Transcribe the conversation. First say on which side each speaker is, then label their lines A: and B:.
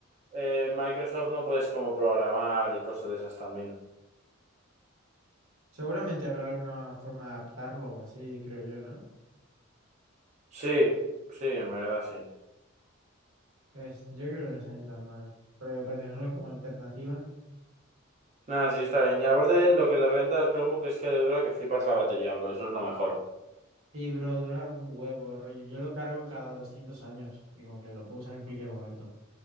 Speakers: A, on the right (about 35°); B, on the right (about 85°).
A: eh, Microsoft no puedes como programar y cosas de esas también.
B: Seguramente habrá alguna forma de adaptarlo o así, creo yo, ¿no?
A: Sí, sí, en verdad sí.
B: Es- yo creo que no está ni tan mal. Pero ya para tenerlo como alternativa.
A: Nada, sí, está bien. Y aparte, lo que le renta al Chromebook es que le dura que flipas la batería, bro. Eso es lo mejor.
B: Sí, bro, dura un huevo, rollo. Yo lo cargo cada 200 años. Y como que lo puedo usar en cualquier momento.